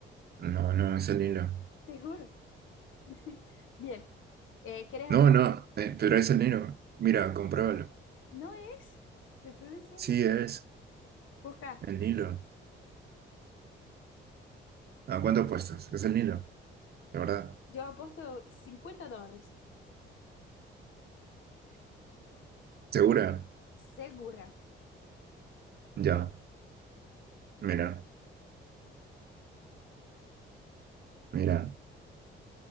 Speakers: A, on the right; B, on the left.
A: No, no, es el Nilo.
B: Te juro. <laughs> Bien, eh, ¿quieres
A: No,
B: hacer?
A: no, eh, pero es el Nilo. Mira, compruébalo.
B: No es, te estoy diciendo.
A: Sí, es
B: Busca,
A: el Nilo. ¿A cuánto apuestas? Es el Nilo, de verdad.
B: yo apuesto 50 dólares.
A: ¿Segura?
B: Segura,
A: Ya, mira, mira,